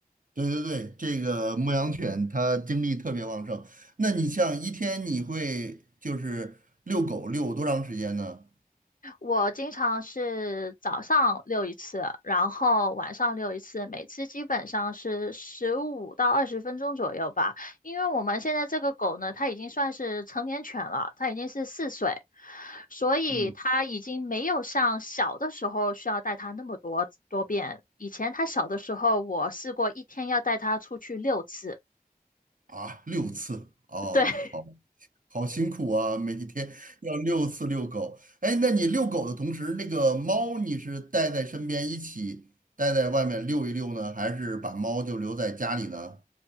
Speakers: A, on the right; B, on the left.
A: 对对对，这个牧羊犬它精力特别旺盛。那你像一天你会就是遛狗遛多长时间呢？
B: 我经常是早上遛一次，然后晚上遛一次，每次基本上是十五到二十分钟左右吧。因为我们现在这个狗呢，它已经算是成年犬了，它已经是四岁，所以它已经没有像小的时候需要带它那么多多遍。
A: 嗯，
B: 以前它小的时候，我试过一天要带它出去六次，
A: 啊，六次哦，
B: <laughs> 对，
A: 好好辛苦啊，每天要六次遛狗。哎，那你遛狗的同时，那个猫你是带在身边一起带在外面遛一遛呢，还是把猫就留在家里呢？